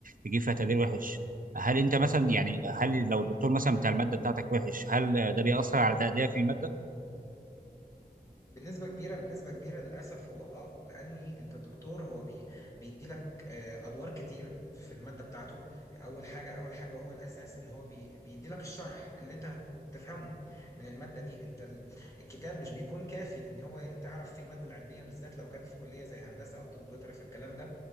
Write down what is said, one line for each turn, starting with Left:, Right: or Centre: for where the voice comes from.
Right: تجيب فيها تقدير وحش هل انت مثلا يعني هل لو الدكتور مثلا بتاع الماده بتاعتك وحش هل ده بيأثر على تقديرك للماده
Left: بنسبة كبيرة بنسبة كبيرة للأسف هو اه لأني أنت الدكتور هو بي بيدي لك آه، أدوار كتير في المادة بتاعته أول حاجة أول حاجة وهو الأساس إن هو بي بيدي لك الشرح اللي أنت تفهمه من المادة دي أنت ال- الكتاب مش بيكون كافي إن هو تعرف فيه المادة العلمية بالذات لو كان في كلية زي هندسة أو طب بيطري في الكلام ده